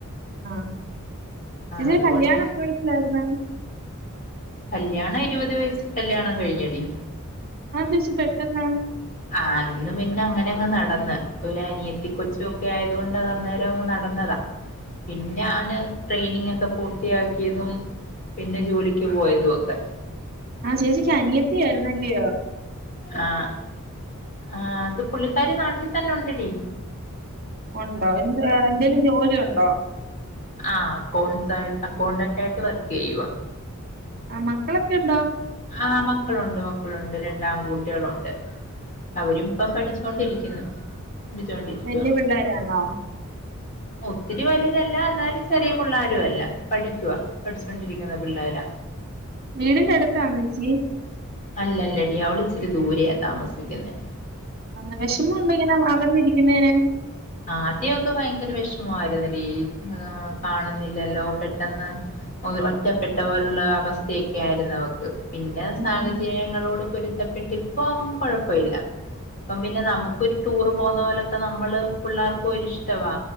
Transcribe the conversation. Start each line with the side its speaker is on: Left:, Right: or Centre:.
Right: ആഹ് ചേച്ചിടെ
Left: അതുകൊണ്ട്
Right: കല്യാണം എത്ര വയസ്സിലാര്ന്ന്
Left: കല്യാണം ഇരുപത് വയസ്സി കല്യാണം കഴിഞ്ഞടി
Right: അത് എന്തേച്ചി പെട്ടന്ന്
Left: ആഹ് അന്ന് പിന്നെ അങ്ങനെ അങ്ങ് നടന്ന് ഒരു അനിയത്തി കൊച്ചുവേക്കെ ആയത് കൊണ്ട് അന്നേരം അങ്ങ് നടന്നതാ പിന്നെയാണ്
Right: ആ
Left: ട്രെയിനിങ്ങേക്കെ പൂർത്തിയാക്കിയതും പിന്നെ ജോലിക്ക് പോയതുവോക്കെ
Right: ആഹ് ചേച്ചിക്ക് അനിയത്തി ആയിരുന്നല്ലയോ
Left: ആഹ് ആഹ് അത് പുള്ളിക്കാരി നാട്ടി തന്നെ ഉണ്ടടി
Right: ഒണ്ടോ എ എന്തെലും ജോലി ഒണ്ടോ
Left: ആഹ് അക്കൗണ്ട് അക്കൗണ്ടൻറ്റായിട്ട് വർക്ക് ചെയ്യുവാ
Right: ആഹ് മക്കളൊക്കെ ഒണ്ടോ
Left: ആഹ് മക്കളോണ്ട് മക്കളോണ്ട് രണ്ടാൺകുട്ടികളോണ്ട് അവരും ഇപ്പം പഠിച്ചോണ്ടിരിക്കുന്നു. പഠിച്ചോണ്ടിരിക്കുവാ
Right: വല്യ പിള്ളേരാണോ
Left: ഒത്തിരി വലുതല്ല എന്നാലും ചെറിയ പിള്ളാരും അല്ല പഠിക്കുവാ പഠിച്ചൊണ്ടിരിക്കുന്ന പിള്ളേരാ
Right: വീടിന്റെ അടുത്താണൊ ചേച്ചി
Left: അല്ല അല്ലടി അവള് ഇച്ചിരി ദൂരെയ താമസിക്കുന്ന
Right: ആഹ് വിഷമം ഉണ്ടോ ഇങ്ങനെ അകന്നിരിക്കുന്നേന്
Left: ആദ്യക്കെ ഭയങ്കര വിഷമമായിരുന്നടി കാണുന്നില്ലല്ലോ പെട്ടെന്ന് ഒറ്റപ്പെട്ട പോലുള്ള അവസ്ഥയൊക്കെ ആയിരുന്നു അവക്ക് പിന്നെ സാഹചര്യങ്ങളോട്
Right: ഉം,
Left: പൊരു ഇഷ്ടപ്പെട്ട് ഇപ്പം കുഴപ്പല്ല്യ അപ്പ പിന്നെ നമുക്കൊരു ടൂറ് പോകുന്ന പോലെ നമ്മള് പിള്ളേർക്കും ഒരു ഇഷ്ടവാ